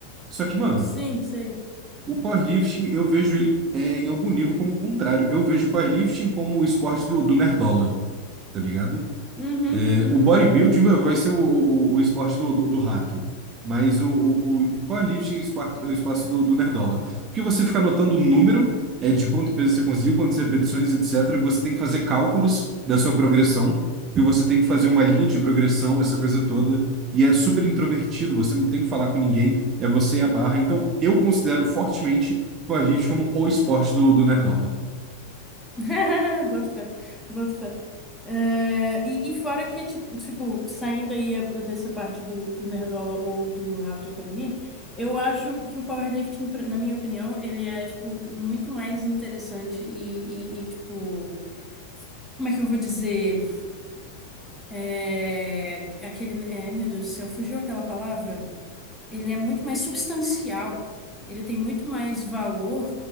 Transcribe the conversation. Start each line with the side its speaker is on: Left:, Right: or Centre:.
Right: Só que, mano,
Centre: Sim, sei.
Right: o powerlifting, eu vejo ele é, em algum nível como contrário. Eu vejo o powerlifting como o esporte do, do nerdola, tá ligado?
Centre: Uhum, uhum,
Right: O bodybuilding vai vai ser o, o, o esporte do, do, do rato. Mas o, o, o powerlifting é o esparto- é o espaço do, do nerdola. Porque você fica anotando o número é, de quanto peso você conseguiu, quantas repetições, etc. E você tem que fazer cálculos da sua progressão. E você tem que fazer uma linha
Centre: uhum.
Right: de progressão, essa coisa toda. E é super introvertido, você não tem que falar com ninguém. É você e a barra. Então, eu considero fortemente powerlifting como o esporte do, do nerdola.
Centre: <laughs> Boto fé, boto fé. É, e, e fora que, é tipo, tipo, saindo aí eh, dessa parte do, do Nerdola ou do Rato de Academia, eu acho que o powerlifting, pra- na minha opinião, ele é, tipo, muito mais interessante e, e, e, tipo, como é que eu vou dizer? é, é aquele, é, meu Deus do céu, fugiu aquela palavra? Ele é muito mais substancial, ele tem muito mais valor